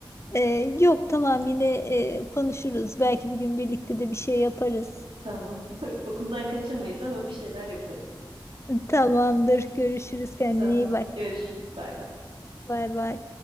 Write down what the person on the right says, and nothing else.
Tamam. <laughs> Okuldan kaçamayız ama bir şeyler yaparız.
Tamam.
Görüşürüz. Bay bay.